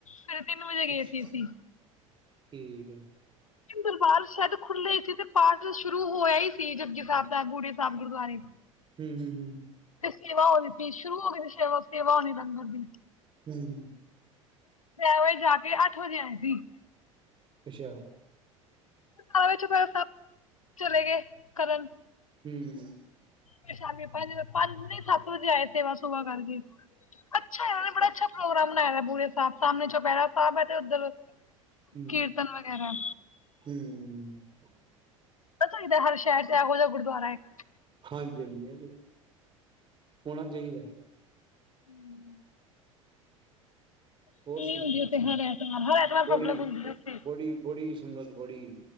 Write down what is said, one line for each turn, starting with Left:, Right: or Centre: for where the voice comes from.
Left: ਫਿਰ ਤਿੰਨ ਵਜੇ ਗਏ
Right: ਅੱਛਾ
Left: ਸੀ ਅਸੀਂ
Right: ਠੀਕ ਹੈ
Left: ਦਰਬਾਰ ਸ਼ਦ ਖੁੱਲੇ ਸੀ ਤੇ ਪਾਠ ਸ਼ੁਰੂ ਹੋਇਆ ਹੀ ਸੀ ਜਗੀ ਸਾਹਿਬ ਦਾ ਗੂੜੇ ਸਾਹਿਬ ਗੁਰਦੁਆਰੇ
Right: ਹੂੰ ਹੂੰ
Left: ਤੇ ਸੇਵਾ ਹੋਈ ਸੀ ਸ਼ੁਰੂ ਹੋ ਗਏ ਸੇਵਾ ਤੋਂ ਸੇਵਾ ਹੋਣੀ ਲੰਗਰ ਦੀ
Right: ਹੂੰ ਹੂੰ
Left: ਹੋ ਜਾ ਕੇ ਇਹ ਅੱਠ ਵਜੇ ਆਇ ਸੀ
Right: ਅੱਛਾ
Left: <inaudible> ਚ ਸਭ ਚਲੇ ਗਏ ਕਰਨ
Right: ਹੂਸ਼
Left: ਫੇਰ ਸ਼ਾਮੀ ਪੰਜ ਵਜੇ ਪੰਜ ਨੀ ਸੱਤ ਵਜੇ ਆਏ ਸੇਵਾ ਸੁਵਾ ਕਰਕੇ। ਅੱਛਾ ਉਹ ਨੇ ਬੜਾ ਅੱਛਾ ਪ੍ਰੋਗਰਾਮ ਬਣਾਇਆ ਏ ਪੂਰੇ ਸਾਹਮਣੇ ਚੌਪਹਿਰਾ ਸਾਹਿਬ ਹੈ ਤੇ ਉੱਧਰ
Right: ਹੂੰ
Left: ਕੀਰਤਨ ਵਗੈਰਾ
Right: ਹੂੰ
Left: ਪਤਾ ਚਹੀਦਾ ਹਰ ਸ਼ਹਿਰ ਤੇ ਇਹੋ ਜਿਹਾ ਗੁਰਦੁਆਰਾ ਇੱਕ
Right: ਹਾਂਜੀ-ਹਾਂਜੀ ਐ ਤੇ ਹੈ। ਹੋਣਾ ਚਾਹੀਦਾ।
Left: ਹੂੰ
Right: ਹੋਰ ਸੁਣਾਓ
Left: ਹੁੰਦੀ ਉੱਥੇ ਹਰ ਐਤਵਾਰ ਹਰ ਐਤਵਾਰ ਪਬਲਿਕ
Right: ਬੜੀ
Left: ਹੁੰਦੀ ਉੱਥੇ
Right: ਬੜੀ ਬੜੀ ਸੰਗਤ ਬੜੀ